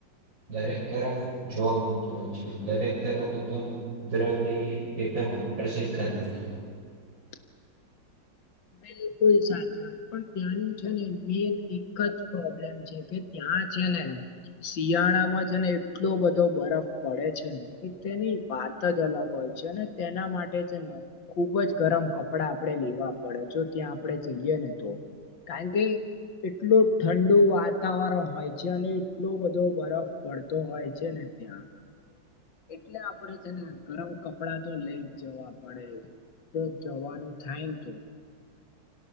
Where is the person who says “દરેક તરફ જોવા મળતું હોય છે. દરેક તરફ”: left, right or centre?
Right